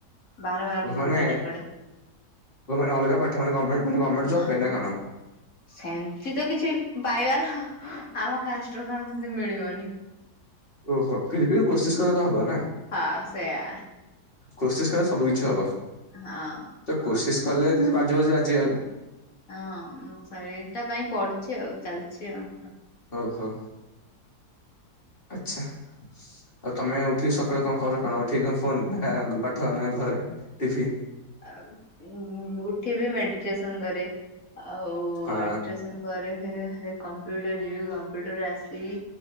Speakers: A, on the left (about 55°); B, on the left (about 30°).
A: ବାର ବାର
B: ଓ
A: ବୁକ୍
B: ମାନେ
A: ଆଣିକି
B: ମାନେ ଅଲଗା ପାଠ ମାନେ ଗମେଣ୍ଟ ଗମେଣ୍ଟ ଜବ
A: ହଁ
B: ପାଇ
A: ହଁ।
B: ନା କଣ?
A: ସେମିତି ତ କିଛି ପାଇବାର ଆମ କାଷ୍ଟ <unintelligible> ମିଳିବନି।
B: ଓହୋ ଫିରବି କୋଶିସ କର ତ ହବ ନା।
A: ହଁ ସେଇଆ।
B: କୋସିିସ କରେ ସବୁ କିଛି ହବ।
A: ହଁ।
B: ତ କୋସିିସ
A: ସେ
B: କଲେ ଯଦି ବାଜୁ ବାଜୁ ବାଜିଗଲା।
A: ହଁ ସେଇଟା ପାଇଁ ପଡୁଛି ଆଉ ଚାଲିଛି ଆଉ।
B: ଓହୋ। ଆଚ୍ଛା ଆଉ ତମେ ଉଠିକି ସକାଲୁ କଣ କର କଣ? ଠିକ କ ଫୋନ୍ ନା ପାଠ ନା ଘରେ ଟି ଭି
A: ଆ ଉଁଠିବି ମେଡିଟେସନ କରେ ଆଉ
B: ହଁ
A: ମେଡିଟେସନ। ପରେ ହେ ହେ କମ୍ପ୍ୟୁଟର ଯିବି କମ୍ପ୍ୟୁଟର ଆସିବି।